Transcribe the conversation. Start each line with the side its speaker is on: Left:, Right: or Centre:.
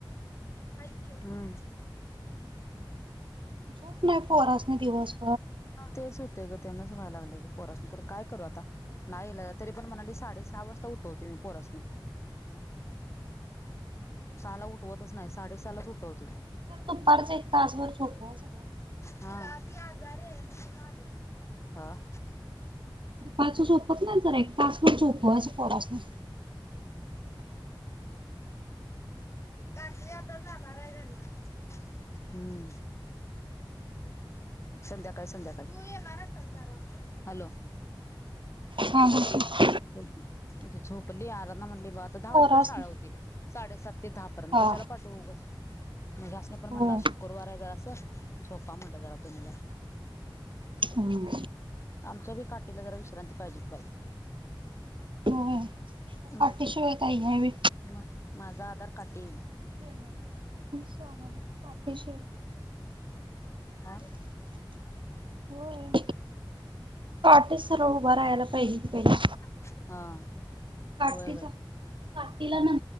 Left: हाई कि, हम.
Right: झोप नाय पोरांसनी दिवस
Left: तेच होते ग तेनंच व्हाय लागले ग पोरासनी कर काय करू आता. नाईलाजा तरी पण मणाली साडे सहा
Right: जर
Left: वाजता उठवते मी पोरा सनी. सहा ला उठवतच नाय साडेसहा लाच उठवते.
Right: दुपारचं एक तासभर झोपवायच गा.
Left: ह, आजी आजारीये म्हूणन आली नाय.
Right: दुपारच झोपत नाईत जरा एक तास भर झोपवायचं पोरांसनी.
Left: रात्री आता जाणाराय घरला, हम्म. संध्याकाळ संध्याकाळ, तू येणारायस ना चार वाजता, हॅलो.
Right: हा हा हं.
Left: हं बोल, झोपली आराधना म्हणली ब आता दहा वाजेपर्यंत
Right: पोरासनी
Left: शाळा होती, साडेसात ते दहापर्यंत
Right: हा
Left: कशाला पाठवु ऊगच, म ह्यासनी पण
Right: हो
Left: म्हणलं आज शुक्करवाराय जरासं झोपा म्हणट जरा तुम्ही जरा
Right: हम.
Left: आमच्या बी काठीला जरा विश्रांती पायजे की बाई.
Right: होय त्या काठीशिवाय
Left: मग
Right: काही हायवे
Left: म माझा आधार काटी.
Right: <unintelligible> काठीशी.
Left: <inaudible> हा
Right: होय काठी सरळ उभा राहायला पाहिजे की पहिला
Left: <unintelligible> हा.
Right: काठीचा
Left: होय होय
Right: काठीला न